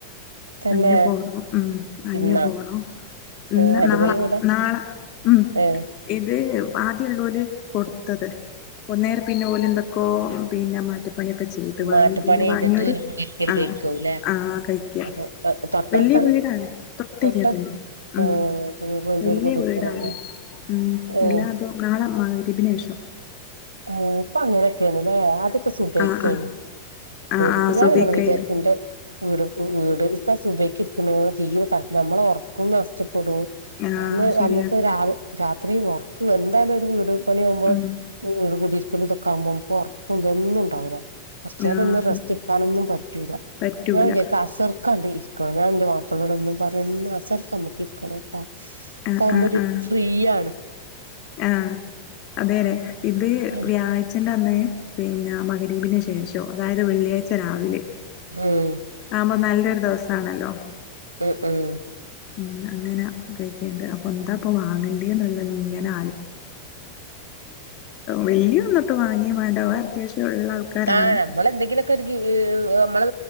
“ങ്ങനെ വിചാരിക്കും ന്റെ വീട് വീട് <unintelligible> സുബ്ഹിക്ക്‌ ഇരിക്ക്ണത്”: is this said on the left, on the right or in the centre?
Right